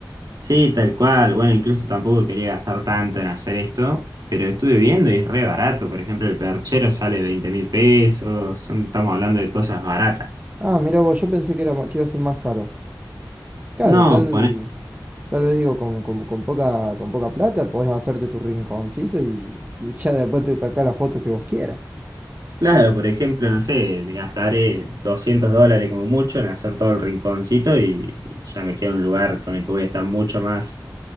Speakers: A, on the right; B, on the right.
A: Sí, tal cual. Bueno, incluso tampoco quería gastar tanto en hacer esto, pero estuve viendo y es re barato. Por ejemplo, el perchero sale veinte mil pesos. Son- estamos hablando de cosas baratas.
B: Ah, mira vos, yo pensé que era, ma- que iba a ser más caro. Claro,
A: No,
B: tal, tal vez digo, con, con, con poca, con poca plata podés hacerte tu rinconcito y, y ya después te sacás la foto que vos quieras.
A: Claro, por ejemplo, no sé, gastaré 200 dólares como mucho en hacer todo el rinconcito y, y ya me queda un lugar con el que voy a estar mucho más